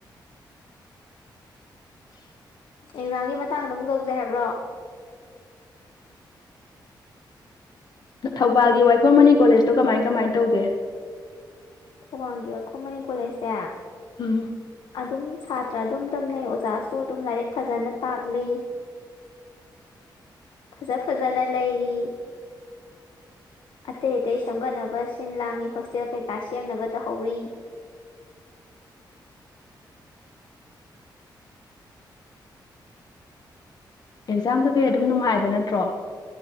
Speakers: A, on the left (about 80°); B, on the left (about 55°).
A: ꯑꯦꯛꯖꯥꯝꯒꯤ ꯃꯇꯥꯡꯗ ꯑꯃꯨꯛ ꯇꯧꯖꯩ ꯍꯥꯏꯕ꯭ꯔꯣ
B: ꯊꯧꯕꯥꯜꯒꯤ ꯋꯥꯏꯈꯣꯝ ꯃꯅꯤ ꯀꯣꯂꯦꯖꯇꯣ ꯀꯃꯥꯏ ꯀꯃꯥꯏ ꯇꯧꯒꯦ
A: ꯊꯧꯕꯥꯜꯒꯤ ꯋꯥꯏꯈꯣꯝ ꯃꯅꯤ ꯀꯣꯂꯦꯖꯁꯦ
B: ꯎꯝ
A: ꯑꯗꯨꯝ ꯁꯥꯇ꯭ꯔ ꯑꯗꯨꯝ ꯇꯝꯅꯩ ꯑꯣꯖꯥꯁꯨ ꯑꯗꯨꯝ ꯂꯥꯏꯔꯤꯛ ꯐꯖꯅ ꯇꯥꯛꯂꯤ ꯐꯖ ꯐꯖꯅ ꯂꯩꯔꯤ ꯑꯇꯩ ꯑꯇꯩ ꯁꯦꯝꯒꯠꯅꯕ ꯁꯤꯟ ꯂꯥꯡꯉꯤ ꯍꯣꯁꯇꯦꯜ ꯀꯩꯀꯥ ꯁꯦꯝꯅꯕ ꯇꯧꯍꯧꯔꯤ
B: ꯑꯦꯛꯖꯥꯝ ꯀꯩꯀꯩ ꯑꯗꯨꯝ ꯅꯨꯡꯉꯥꯏꯕ ꯅꯠꯇ꯭ꯔꯣ